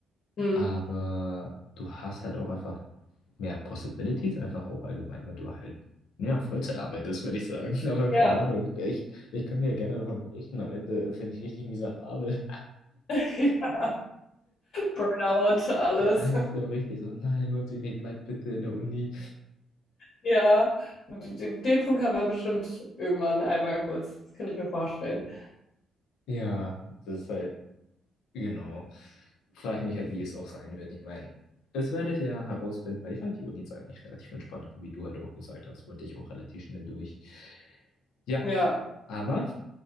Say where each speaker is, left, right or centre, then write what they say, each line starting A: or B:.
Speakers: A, on the left; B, on the left.
A: Hm.
B: Aber du hast halt auch einfach mehr Possibilities, einfach auch allgemein, weil du halt, ja, Vollzeit arbeitest, würde ich sagen. <laughs> Aber keine
A: Ja,
B: Ahnung, ich, ich kann dir gerne davon berichten. Am Ende bin ich richtig miserabel.
A: <laughs> Burnout,
B: <laughs>
A: alles.
B: Einfach so richtig so, nein, lohnt sich nicht, bleib bitte in der Uni.
A: Ja, den, den Punkt hat man bestimmt irgendwann einmal kurz. Das könnte ich mir vorstellen.
B: Ja, das ist halt Genau. Frage ich mich halt, wie es auch sein wird. Ich meine, das werde ich ja herausfinden, weil ich fand die Uni-Zeit eigentlich relativ entspannt, aber wie du halt auch gesagt hast, wollte ich auch relativ schnell durch. Ja,
A: Ja,
B: aber